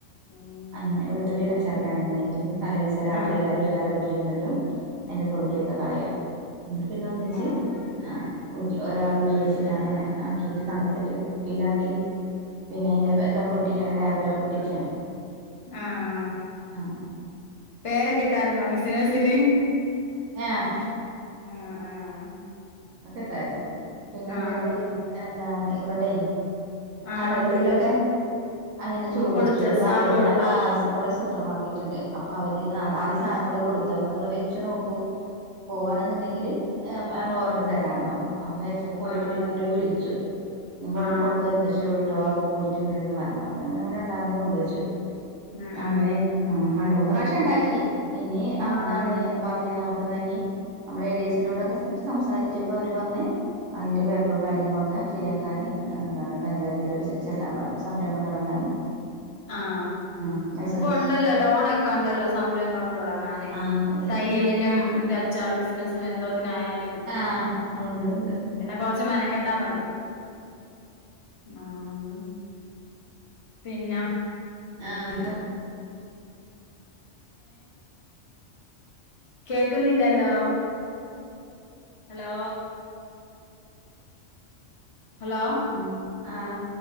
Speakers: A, on the left (about 35°); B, on the right (about 80°).
A: ഉം
B: അങ്ങനെ വെളുത്തുള്ളിയ അച്ചാറിടാണെന്നുണ്ടെങ്കിൽ തലേ ദിവസം രാത്രി
A: ആഹ്
B: എല്ലാവരും എല്ലാര വീട്ടിലിരുന്നിട്ടും അതിന്റെ തൊലിയൊക്കെ കളയും എന്നിട്ട് പിന്നെ ഒന്നിച്ച്
A: ആഹ്
B: ആഹ് വീട്ടിൽ ഒരാളെ വീട്ടിൽ വെച്ചിട്ട് അങ്ങനെ ആക്കിയിട്ട് തണുത്തിട്ട് കുപ്പിയിലാക്കി പിന്നെ അതിന്റെ ഇതൊക്കെ ഒട്ടിക്കണ്ട ലാബിലൊക്കെ ഒട്ടിച്ച
A: ആഹ് ആഹ്
B: ആഹ്
A: പേരെഒക്കെ ഇട്ടായിരുന്നോ ബിസിനസിന്
B: ഏഹ്
A: ആഹ് ആഹ്
B: അതെക്കെ ഇട്ടായിരുന്നു പിന്നെ
A: ആഹ്
B: എന്നിട്ട്
A: ആഹ്
B: എന്താ ഇവിടെയ്
A: ആഹ്
B: കടകളിലൊക്കെ അങ്ങനെ ചോദിച്ചു
A: കൊടുത്ത്
B: നമ്മൾ
A: സാമ്പിള്
B: അറിയുന്ന
A: കൊടുത്തോ
B: ആഹ് ഇവിടെ സൂപ്പർ മാർക്കറ്റ് ഉണ്ട് അപ്പൊ അവര് ആ
A: ആഹ്
B: ആദ്യ സാമ്പിൾ കൊടുത്ത അപ്പ നിങ്ങൾ വെച്ചു നോക്കൂ പോവാണെന്നുണ്ടെങ്കിൽ ഞങ്ങൾ ഓർഡർ തരാന്ന് പറഞ്ഞു അപ്പം വെച്ചപ്പം പോയിട്ട്
A: ആഹ്
B: പിന്നെ അവര് വിളിച്ചു കൊ
A: ആഹ്
B: കൊണ്ടുവന്നച്ചേ ട്ടെ അത് പോയിട്ടുണ്ട് എന്ന് പറഞ്ഞു അപ്പം അങ്ങനെ രണ്ടാമതും കൊണ്ടുവെച്ചു
A: ഉം
B: അങ്ങനെ
A: ഉം
B: ആഹ് രണ്ട മൂന്ന് പ്രാവശ്യം ഉണ്ടാക്കി ഇനി എന്താണ്
A: ആഹ്
B: പറഞ് നമുക്ക് ഇഞ്ഞി നമ്മളെ എ ഡി എസിനോടൊക്കെ സംസാരിച്ചപ്പോൾ അവര് പറഞ് അതിൻ്റെ പേപ്പറും കാര്യങ്ങളൊക്കെ ശരിയാക്കാൻ എന്താണ് പഞ്ചായത്തിലോട്ട് ചെല്ലാൻ പറഞ്ഞു സംരംഭം തുടങ്ങാന് ഉം
A: ആഹ്
B: ആഹ് വെയ
A: ഇപ്പം ഉണ്ടല്ലോ ലോണൊക്കെ ഉണ്ടല്ലോ സംരംഭങ്ങള് തുടങ്ങാനെ
B: ആ അതെ
A: തയ്യ- തിനും അച്ചാറ് ബിസിനസ് എന്തോത്തിന് ആയാലും
B: ആഹ് ഉണ്ട് ഉണ്ട്
A: പിന്നെ കുറച്ച് മെനക്കെട്ടാ മതി ആഹ് പിന്നെ
B: ആഹ് അത്പ്പോ
A: കേൾക്കുന്നില്ലല്ലോ ഹലോ ഹലോ
B: ഉം ആ